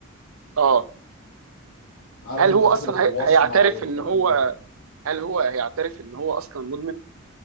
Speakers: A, on the right; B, on the left.
A: اه
B: عارف
A: هل
B: انت
A: هو
B: فكرة
A: اصلا
B: الوصمة
A: هي- هيعترف
B: والكلام
A: ان هو
B: ده
A: هل هو هيعترف ان هو اصلا مدمن